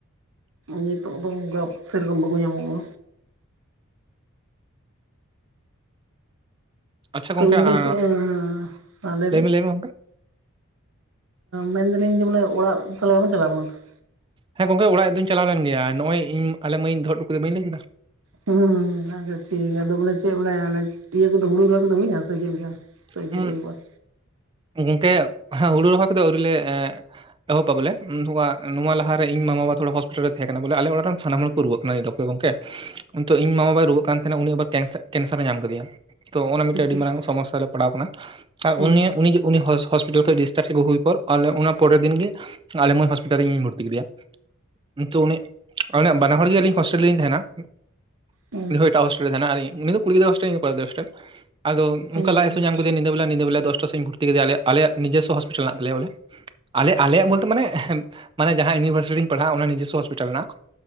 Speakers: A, on the right; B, on the right.
A: ᱱᱤᱛᱚᱜ ᱫᱚ ᱚᱱᱠᱟ ᱥᱮᱨᱚᱠᱚᱢ ᱵᱟᱠᱚ ᱧᱟᱢᱚᱜ-ᱟ,
B: ᱟᱪᱪᱷᱟ
A: ᱛᱚ ᱜᱚᱝᱠᱮ
B: ᱟᱸ
A: ᱪᱮᱫ ᱦᱮᱸ ᱞᱟᱹᱭ ᱵᱤᱱ,
B: ᱢᱮ ᱢᱮ ᱜᱚᱝᱠᱮ
A: ᱢᱮᱱ ᱮᱫᱟᱞᱤᱧ ᱡᱮ ᱵᱚᱞᱮ ᱚᱲᱟᱜ ᱛᱟᱦᱞᱮ ᱵᱟᱵᱤᱱ ᱪᱟᱞᱟᱣ ᱟᱠᱟᱱᱟ ᱛᱚ,
B: ᱦᱮᱸ ᱜᱚᱝᱠᱮ ᱚᱲᱟᱜ ᱫᱚᱧ ᱪᱟᱞᱟᱣ ᱞᱮᱱ ᱜᱮᱭᱟ ᱱᱚᱜ-ᱚᱭ ᱤᱧ ᱟᱞᱮ ᱢᱟᱹᱭ ᱤᱧ ᱫᱚᱦᱚ ᱦᱚᱴᱩ ᱠᱟᱫᱮᱭᱟ ᱵᱟᱹᱧ ᱞᱟᱹᱭ ᱠᱮᱫᱟ᱾
A: ᱦᱩᱸ ᱦᱩᱸ ᱦᱩᱸ ᱟᱪᱪᱷᱟ ᱴᱷᱤᱠ ᱜᱮᱭᱟ ᱫᱚ ᱵᱚᱞᱮ ᱪᱮᱫ ᱟᱱᱮ ᱤᱭᱟᱹ ᱠᱚᱫᱚ ᱦᱩᱲᱩ ᱨᱚᱦᱚᱭ ᱠᱚᱫᱚ ᱦᱩᱭᱱᱟ ᱥᱮ ᱪᱮᱫᱞᱮᱠᱟ? <unintelligible>
B: ᱩᱸᱜ ᱜᱚᱝᱠᱮ ᱦᱩᱲᱩ ᱨᱚᱦᱚᱭ ᱠᱚᱫᱚ ᱟᱹᱣᱨᱤ ᱞᱮ ᱮᱸᱜ ᱮᱛᱚᱦᱚᱵᱟ ᱵᱚᱞᱮ ᱱᱚᱣᱟ ᱞᱟᱦᱟ ᱨᱮ ᱤᱧ ᱢᱟ ᱵᱟᱵᱟ ᱛᱷᱚᱲᱟ ᱦᱚᱥᱯᱤᱴᱟᱞ ᱨᱮ ᱛᱟᱦᱮᱸ ᱠᱟᱱᱟ ᱵᱚᱞᱮ ᱟᱞᱮ ᱚᱲᱟᱜ ᱨᱮᱱ ᱥᱟᱱᱟᱢ ᱦᱚᱲ ᱠᱚ ᱨᱩᱣᱟᱹᱜ ᱠᱟᱱᱟ ᱜᱚᱝᱠᱮ ᱤᱧ ᱢᱟᱢᱟ ᱵᱟᱭ ᱨᱩᱣᱟᱹᱜ ᱠᱟᱱ ᱛᱟᱦᱮᱸᱱᱟ ᱩᱱᱤ ᱟᱨᱦᱚᱸ ᱠᱮᱱᱥᱟᱨ ᱮ ᱧᱟᱢ ᱟᱠᱟᱫᱮᱭᱟ, ᱛᱚ ᱚᱱᱟ ᱢᱤᱫᱴᱮᱱ
A: ᱟᱪᱪᱷᱟ
B: ᱟᱹᱰᱤ
A: ᱟᱪᱪᱷᱟ
B: ᱢᱟᱨᱟᱝ ᱥᱚᱢᱚᱥᱥᱟ ᱨᱮᱞᱮ ᱯᱟᱲᱟᱣ ᱟᱠᱟᱱᱟ ᱟᱨ
A: ᱦᱩᱸ
B: ᱩᱱᱤ ᱡᱮ ᱩᱱᱤ ᱦᱚᱥ ᱦᱚᱯᱤᱴᱟᱞ ᱠᱷᱚᱡ ᱰᱤᱥᱪᱟᱨᱡᱽ ᱟᱹᱜᱩ ᱦᱩᱭ ᱯᱚᱨ ᱟᱞᱮ ᱚᱱᱟ ᱯᱚᱨᱮᱨ ᱫᱤᱱ ᱜᱮ ᱟᱞᱮ ᱢᱟᱹᱭ ᱦᱚᱥᱯᱤᱴᱟᱞ ᱨᱤᱧ ᱵᱷᱚᱨᱛᱤ ᱠᱮᱫᱮᱭᱟ ᱛᱚ ᱱᱤᱛᱚᱜ ᱩᱱᱤ ᱵᱟᱱᱟ ᱦᱚᱲ ᱜᱮ ᱟᱹᱞᱤᱧ ᱦᱳᱥᱴᱮᱞ ᱨᱮᱞᱤᱧ ᱛᱟᱦᱮᱱᱟ <inaudible>
A: ᱦᱩᱸ
B: ᱩᱱᱤ ᱦᱚᱸ ᱮᱴᱟᱜ ᱦᱳᱴᱮᱞ ᱨᱮ ᱛᱟᱦᱮᱱᱟ ᱟᱨ ᱤᱧ ᱠᱩᱲᱤ ᱜᱤᱫᱽᱨᱟᱹ ᱦᱳᱥᱴᱮᱞ ᱥᱮ ᱠᱚᱲᱟ ᱜᱤᱫᱽᱨᱟ ᱦᱳᱥᱴᱮᱞ ᱟᱫᱚ
A: ᱦᱩᱸ
B: ᱚᱱᱠᱟ ᱞᱟᱡ ᱦᱟᱹᱥᱩ ᱧᱟᱢ ᱠᱮᱫᱮᱭᱟ ᱧᱤᱫᱟᱹ ᱵᱮᱞᱟ ᱧᱤᱫ ᱵᱮᱞᱟ ᱫᱚᱥᱴᱟ ᱥᱮᱫ ᱤᱧ ᱵᱷᱩᱨᱛᱤ ᱠᱮᱫᱮᱭᱟ ᱟᱞᱮ ᱱᱤᱡᱚᱥᱥᱚ ᱦᱚᱥᱯᱤᱴᱟᱞ ᱢᱮᱱᱟᱜ ᱛᱟᱞᱭᱟ ᱵᱚᱞᱮ, ᱟᱞᱮ ᱟᱞᱮᱭᱟᱜ ᱵᱚᱞᱛᱮ ᱢᱟᱱᱮ ᱡᱟᱦᱟᱸ ᱤᱭᱩᱱᱤᱵᱷᱟᱨᱥᱤᱴᱤ ᱨᱤᱧ ᱯᱟᱲᱦᱟᱜ-ᱟ ᱚᱱᱟ ᱱᱤᱡᱚᱥᱥᱚ ᱦᱚᱥᱯᱤᱴᱟᱞ ᱦᱮᱱᱟᱜ-ᱟ᱾